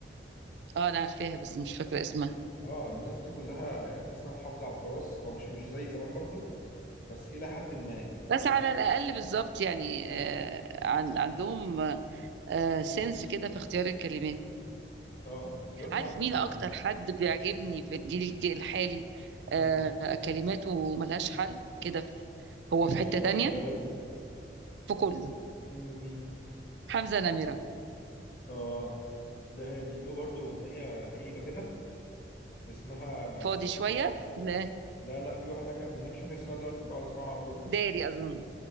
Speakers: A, on the right (about 65°); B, on the left (about 50°).
A: اه انا عارفاها بس مش فاكره اسمها
B: اه الناس دي كلها يعني تحس انها محافظه على التراث هو مش مش زي زمان برضه بس الى حد ما
A: بس على الاقل بالظبط يعني آه عن عندهم آه سنس كده في اختيار الكلمات
B: اه دلوقتي
A: عارف
B: بقى عندك
A: مين
B: الم-
A: اكتر حد بيعجبني في الجيل الج- الحالي آه
B: مم.
A: كلماته ملهاش حل كده في- هو
B: كموسيقى
A: في حتة تانية
B: ولا كاغاني
A: في كله
B: مم، مين
A: حمزة نمرة
B: اه ده هادي له برضه اغنيه كئيبه كده اسمها
A: فاضي شوية ولا إيه؟
B: لا لا في واحد اكئب منها مش فاكر اسمها دلوقتي بقعد اسمعها على طول
A: داري اظن